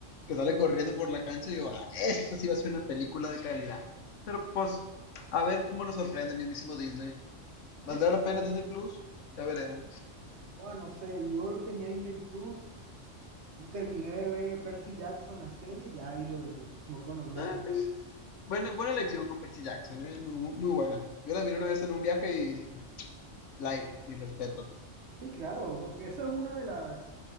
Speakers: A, on the left; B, on the right.
A: que sale corriendo por la cancha y yo, ah, esto sí va a ser una película de calidad. Pero pues, a ver cómo nos sorprende el mismísimo Disney. ¿Valdrá
B: Exacto.
A: la pena Disney Plus? Ya veremos.
B: Bueno, no sé, yo lo tenía Disney Plus, terminé de ver Percy Jackson la serie y ya ahí lo dejé, como con una
A: Ah,
B: red
A: tengo- Buena, buena elección con Percy Jackson, ¿eh? Muy, muy, muy buena. Yo la miré una vez en un viaje y dije, like, mis respetos.
B: Sí, claro, porque eso es una de las,